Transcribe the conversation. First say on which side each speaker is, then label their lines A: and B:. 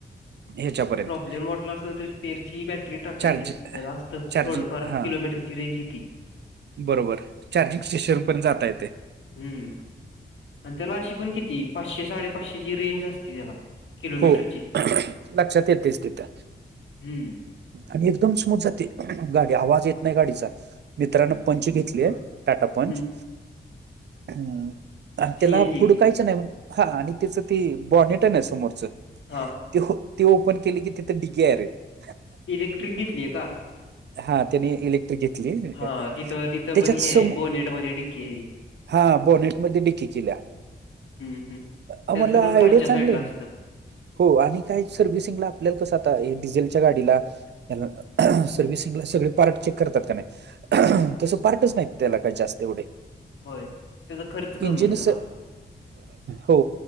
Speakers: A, on the right; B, on the left.
A: ह्याच्यापर्यंत
B: प्रॉब्लेम वाटला असत स्पेरची बॅटरी टाकायची
A: चार्ज
B: त्या असतं
A: चार्जिंग
B: थोडंफार
A: हा
B: किलोमीटर ज रेंज येतती.
A: बरोबर चार्जिंग स्टेशन पण जाता य ते
B: हम्म आणि त्याला अशी पण किती पाचशे साडे पाचशेची रेंज असते त्याला. किलोमीटरची
A: हो लक्षात येतेच तिथं.
B: हम्म.
A: आणि एकदम स्मूथ जाते गाडी आवाज येत नाही गाडीचा मित्रांन पंच घेतलीय
B: होय
A: टाटा पंच
B: हम्म
A: <unintelligible> ह आणि त्याला
B: सीएनजी
A: पुढ काहीच नाही हा आणि त्याचं ते बॉनेट आहे ना समोरचं
B: हां
A: ते ते ओपन केले की तिथे डिगे आहेरे आहेत
B: इलेक्ट्रिक घेतलीय का
A: हा त्यानी इलेक्ट्रिक घेतली
B: हा
A: त्याच्यात
B: तिथं तिथं पण हे
A: सम
B: बोनेट मध्ये डिक्की आहे.
A: हा बोनेटमध्येध्ये डिककी केल्या
B: हम्म हम्
A: अ,
B: त्याच
A: म्हटलं
B: सगळं
A: आयडिया
B: खालच्या
A: चांगली
B: साईड ला
A: आहे
B: असतं
A: हो आणि काय सर्व्हिसिंगला आपल्याला कसं आता डिझेलच्या गाडीला या सर्ववि्हसिंगला सगळे पार्ट चेक करतात का नाही
B: हम्म
A: तसं पार्टच नाहीत त्याला काय जास्त एवढे
B: होय त्याचा खर्च कमी
A: इंजिनच
B: आहे जरा.
A: हो